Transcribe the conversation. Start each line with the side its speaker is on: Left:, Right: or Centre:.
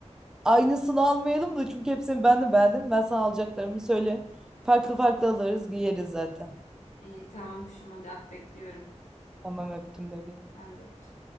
Centre: Aynısını almayalım da çünkü hepsini ben de beğendim. Ben sana alacaklarımı söylerim. Farklı farklı alırız, giyeriz zaten.
Left: İyi tamam kuşum hadi at bekliyorum.
Centre: Tamam öptüm bebeğim.
Left: Ben de öptüm.